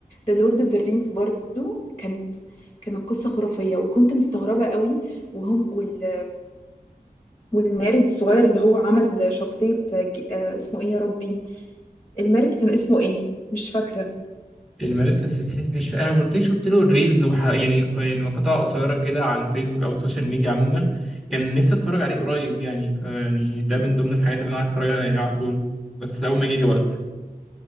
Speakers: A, on the left (about 20°); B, in the centre.
A: The Lord of the Rings برضو كانت كانت قصة خرافية وكنت مستغربة قوي وهم وال والمارد الصغير اللي هو عمل شخصية ج- آه، اسمه ايه يا ربي المارد كان اسمه ايه مش فاكرة
B: المريض في السيسي مش فا- انا قلت لك شفت له ريلز وح... يعني يعني مقاطع قصيره كده على الفيسبوك او السوشيال ميديا عموما كان نفسي اتفرج عليه قريب يعني فيعني ده من ضمن الحاجات اللي انا قاعد اتفرج عليها يعني على طول بس اول ما يجي لي وقت